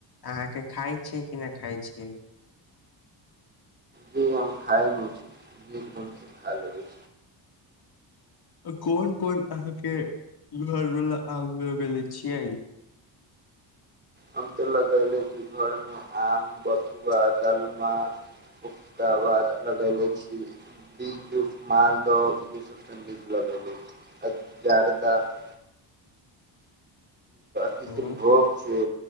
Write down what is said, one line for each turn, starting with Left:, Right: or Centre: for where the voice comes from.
Left: अहाँकेँ खाय छीयै, कि नहि खाय छियै।
Right: जी, हम खाए छी, एकदमसँ खा लेबै।
Left: कोन कोन अहाँकेँ घर वाला आम लगेले छियै।
Right: हम तऽ लगयले छै, घरमे आम बथुआ डालमा। ओकरा बाद लगले छै बीजू मालदह इसभ। सगीत लगै लेल जन तऽ <unintelligible> किसन
Left: ह
Right: भोग छै।